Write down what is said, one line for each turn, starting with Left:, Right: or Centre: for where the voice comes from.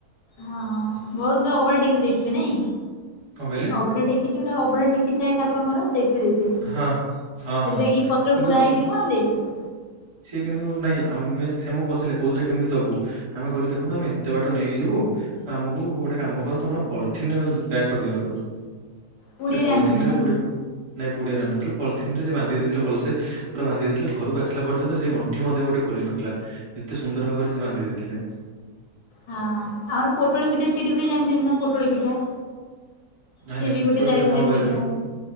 Left: ହଁ ବହୁତୁ <unintelligible> ଅଭଡା ଟେକି ଦେଇଥିବେ ନାଇଁ
Right: କଣ କହିଲେ
Left: ଅଭଡା ଟେକ୍ କିଚି ଗୋଟେ ଅଭଡ଼ା ଟେକିଥାଏ ଠାକୁରଙ୍କ ସେଥିରେ <unintelligible> ସେଥିରେଗି
Right: ହଁ ହଁ ହଁ।
Left: ପତ୍ର
Right: କିନ୍ତୁ
Left: ଗୁଡା ହେଇଥିବ ଦେଇଥିବ।
Right: ସିଏ କିନ୍ତୁ ନାଇଁ ଆମେ ସେ ଆମକୁ ପଚାରିଲେ କୋଉଥିରେ କେମିତି ଦବୁ? ଆମେ କହିଲୁ ଦେଖନ୍ତୁ ଆମେ ଏତେ ବାଟ ନେଇକି ଯିବୁ ଆମକୁ ଗୋଟେ କାମ କରନ୍ତୁ ଆପଣ ପଲିଥିନରେ ପ୍ୟାକ୍ କରିଦିଅନ୍ତୁ।
Left: ପୁଡିଆରେ
Right: ସେ ପଲିଥିନରେ
Left: ଆଣିନଥିଲେ ନାଇଁ?
Right: ପୁରେ ନାଇଁ ପୁଡିଆରେ ଆଣିନଥିଲୁ ପଲିଥିନ ରେ ସେ ବାନ୍ଧି ଦେଇଥିଲେ ଭଲସେ ପୁରା ବାନ୍ଧି ଦେଇଥିଲେ ଘରକୁ ଆସିଲା ପର୍ଯ୍ୟନ୍ତ ସେ ଗଣ୍ଠି ମଧ୍ୟ ଗୋଟେ ଖୋଲି ନଥିଲା ଏତେ ସୁନ୍ଦର ଭାବରେ ସେ ବାନ୍ଧି ଦେଇଥିଲେ।
Left: ହଁ ଆମର ପୋଟଳି ପିଠା ସେଠି ହୁଏ ଜାଣିଚ଼ନ୍ତି ନା ପୋଟଳି ପିଠା?
Right: ନାଇଁ
Left: ସେ
Right: ନାଇଁ
Left: ବି
Right: ପୋଟଳ
Left: ଗୋଟେ ଚାରିଖଣ୍ଡିଆ
Right: କଣ କହିପାରିବେ?
Left: ପିଠା।